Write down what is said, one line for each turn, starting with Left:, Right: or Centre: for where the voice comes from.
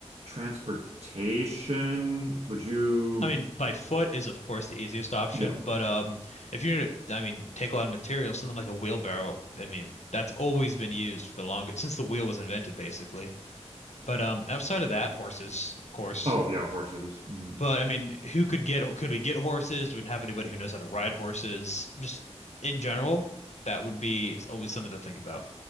Right: transportation. Would you,
Left: I mean, by foot is of course the easiest option,
Right: yeah.
Left: but um, if you're gonna, I mean, take a lot of material, something like a wheelbarrow, I mean, that's always been used for the longest since the wheel was invented, basically. But um, outside of that, horses, of course.
Right: Oh, yeah, horses. Mm.
Left: But I mean, who could get? Could we get horses? Do we have anybody who knows how to ride horses? Just in general, that would be always something to think about.